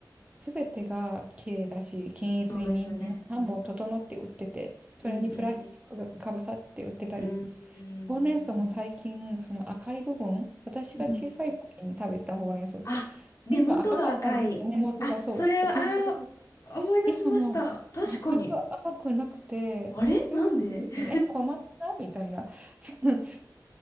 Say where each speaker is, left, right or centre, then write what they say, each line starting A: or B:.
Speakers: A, on the right; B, on the left.
A: すべてが綺麗だし、均一に人参を3本整って売ってて、
B: そうですね。
A: それにプラスチックがかぶさって売ってたり、
B: うんうんうん。うん。
A: ほうれん草も最近、その赤い部分、私が小さい時に食べたほうれん草って、
B: うん。あ、根元が赤い。
A: 芯が赤かったんですよね、根元がそう、
B: あ、それは、
A: ちょっとピンクがかった。
B: あー、思い出しました。
A: 今もう全く赤くなくて、
B: 確かに。あれなんで
A: 料理する時に、
B: <laughs>
A: え、小松菜みたいな、<laughs>